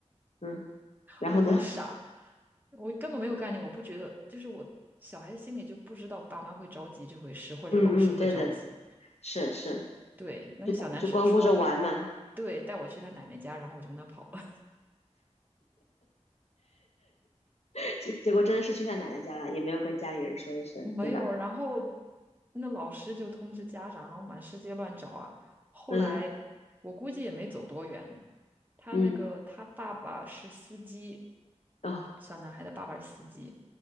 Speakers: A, on the left; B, on the right.
A: 嗯，然后呢？
B: 我觉得好傻，
A: <laughs>
B: 我根本没有概念，我不觉得，就是我小孩子心里就不知道爸妈会着急这回事，或者老师会着急。
A: 嗯嗯，对的，是是，
B: 对，那个小男生说，
A: 就就光顾着玩嘛，
B: 对，带我去他奶奶家，然后我就跟他跑了，
A: <laughs> 结结果真的是去他奶奶家了，也没有跟家里人说一声，
B: <laughs> 没有，
A: 对吧？
B: 然后那老师就通知家长，然后满世界乱找啊。后来我估计也没走多远，
A: 嗯
B: 他那个他爸爸是司机，
A: 嗯，哦
B: 小男孩的爸爸是司机，